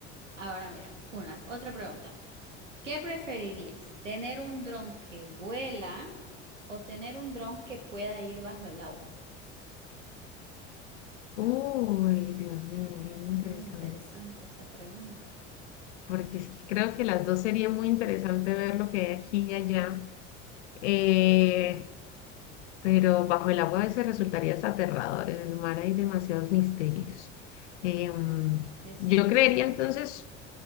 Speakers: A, on the right (about 85°); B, on the left (about 70°).
A: Ahora mira, una, otra pregunta. ¿Qué preferirías? ¿Tener un dron que vuela o tener un dron que pueda ir bajo el agua?
B: Uy, Dios mío, bien
A: Muy
B: interesante.
A: interesante esa pregunta.
B: Porque es que creo que las dos sería muy interesante ver lo que hay aquí y allá. Eh, pero bajo el agua a veces resultaría hasta aterrador. En el mar hay demasiados misterios. Em,
A: Ujú. Que sí,
B: yo
A: no
B: creería
A: sabemos.
B: entonces,